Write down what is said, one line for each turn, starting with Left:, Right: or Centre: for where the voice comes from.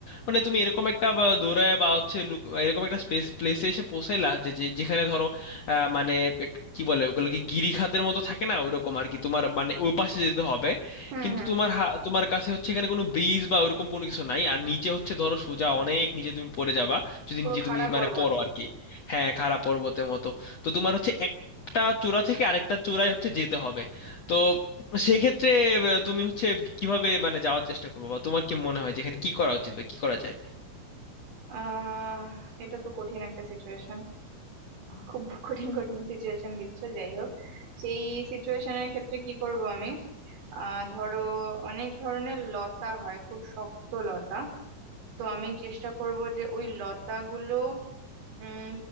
Left: মানে তুমি এরকম একটা বা, দৌড়ায় বা হচ্ছে লুক- এরকম একটা স্পেস প্লেসে এসে পৌঁছাইলা যে যে- যেখানে ধরো আহ, মানে এক- কি বলে ওগুলোকে গিরিখাতের মতো থাকে না ওইরকম আর কি তোমার মানে ওই পাশে যেতে হবে
Right: হুম
Left: কিন্তু
Right: হুম
Left: তোমার হা- তোমার কাছে হচ্ছে এখানে কোনো ব্রিজ বা ওরকম কোনো কিছু নাই আর নিচে হচ্ছে ধরো সোজা অনেক নিচে তুমি পড়ে যাবা যদি
Right: পুরো
Left: নিচে
Right: খাড়া
Left: তুমি
Right: পর্বত
Left: মানে পড়ো আর কি হ্যাঁ খাড়া পর্বতের মতো তো তোমার হচ্ছে একটা চূড়া থেকে আরেকটা চূড়ায় হচ্ছে যেতে হবে তো সেক্ষেত্রে আহ, তুমি হচ্ছে কিভাবে মানে যাওয়ার চেষ্টা করবো বা তোমার কি মনে হয় যেখানে কি করা উচিত বা কি করা যায়
Right: আহ এটা তো কঠিন একটা সিচুয়েশন খুব কঠিন কঠিন সিচুয়েশন দিচ্ছ যাই হোক সেই সিচুয়েশনের ক্ষেত্রে কি করব আমি আহ ধরো অনেক ধরনের লতা হয় খুব শক্ত লতা তো আমি চেষ্টা করব যে ওই লতাগুলো উম